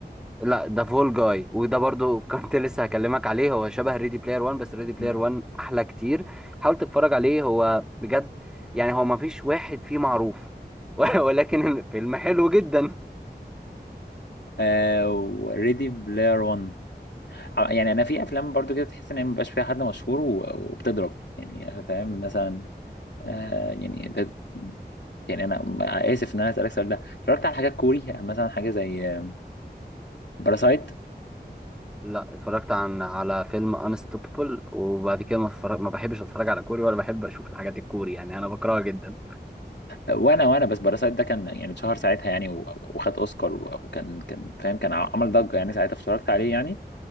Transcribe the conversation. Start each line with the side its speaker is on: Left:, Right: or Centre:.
Centre: لا ده فول جاي وده برضو <laughs> كنت لسه هكلمك عليه هو شبه ريدي بلاير 1 بس ريدي بلاير
Left: مم.
Centre: 1 احلى كتير حاول تتفرج عليه هو بجد يعني هو ما فيش واحد فيه معروف <laughs> ولكن الفيلم حلو جدا
Left: آه وريدي بلاير 1 ع- يعني انا في افلام برضو كده تحس ان هي مبقاش فيها حد مشهور و- وبتضرب يعني فاهم مثلا آه يعني ده يعني انا م- اسف ان انا اسالك السؤال ده اتفرجت على حاجات كوري يعني مثلا حاجه زي باراسايت
Centre: لا اتفرجت عن على فيلم انستوبابل وبعد كده ما, اتفرج... ما بحبش اتفرج على كوري ولا بحب اشوف الحاجات الكوري يعني انا بكرهها جدا
Left: وانا وانا بس باراسايت ده كان يعني اتشهر ساعتها يعني و- وخد اوسكار و- وكان كان فاهم كان ع- عمل ضجه يعني ساعتها اتفرجت عليه يعني